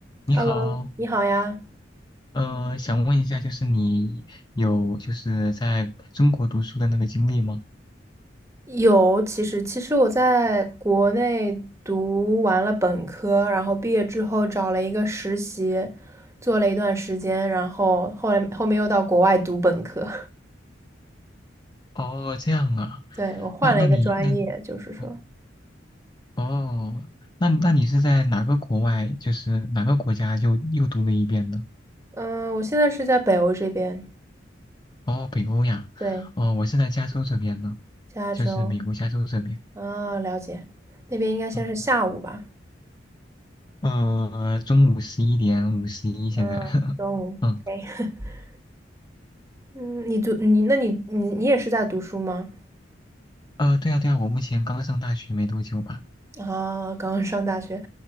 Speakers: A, on the left (about 25°); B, on the right (about 15°).
A: 你好，
B: Hello，你好呀。
A: 呃，想问一下，就是你有就是在中国读书的那个经历吗？
B: 有，其实其实我在国内读完了本科，然后毕业之后找了一个实习，做了一段时间，然后后来后面又到国外读本科。
A: 哦，这样啊，
B: <laughs> 对，我换了一个专业，
A: 那那你那
B: 就是说，
A: 哦哦，那那你是在哪个国外，就是哪个国家又又读了一遍呢？
B: 嗯，我现在是在北欧这边，
A: 哦，北欧呀，
B: 对，
A: 哦，我是在加州这边呢，
B: 加州
A: 就是美国加州这边，
B: 啊，了解，那边应该先是下午吧，
A: 嗯，呃，中午十一点五十一现在，
B: 嗯，
A: <laughs>
B: 中午
A: 嗯，
B: o <laughs> 嗯，你读你那你你你也是在读书吗？
A: 呃，对啊对啊，我目前刚上大学没多久吧。
B: 啊，刚刚上大学，